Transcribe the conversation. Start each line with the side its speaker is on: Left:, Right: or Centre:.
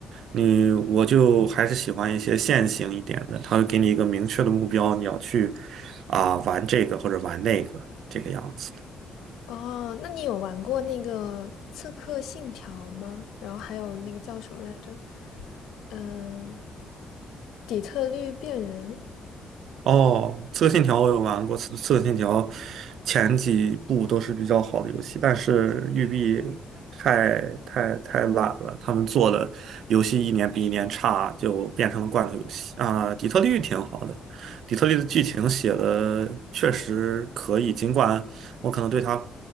Right: 你我就还是喜欢一些线性一点的，它会给你一个明确的目标，你要去啊、玩这个或者玩那个这个样子。
Left: 哦，那你有玩过那个《刺客信条》吗？然后还有那个叫什么来着？嗯、底特律变人。
Right: 哦，刺客信条我有玩过，刺刺客信条前几部都是比较好的游戏，但是育碧太太太懒了，他们做的游戏一年比一年差，就变成了罐头游戏啊。底特律挺好的，底特律的剧情写的确实可以，尽管我可能对它